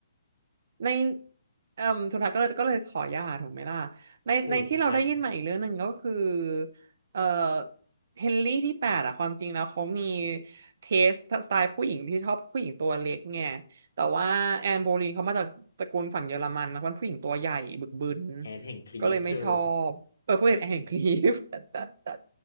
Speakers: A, on the right; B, on the left.
A: ในเอ่มสุดท้ายก็เลยก็เลยขอหย่าถูกไหมล่ะในในที่เราได้ยินมาอีกเรื่องหนึ่งก็คือ
B: ปู่สุดท้าย
A: เอ่อเฮนรี่ที่แปดอะความจริงแล้วเขามีเทสสไตล์ผู้หญิงที่ชอบผู้หญิงตัวเล็กไงแต่ว่าแอนโบลีนเขามาจากตระกูลฝั่งเยอรมันนะเป็นผู้หญิงตัวใหญ่บึกบึน
B: แอนแห่งคลีฟเธอ
A: ก็เลยไม่ชอบเออผู้หญิงแอนแห่งคลีฟ <laughs> แอ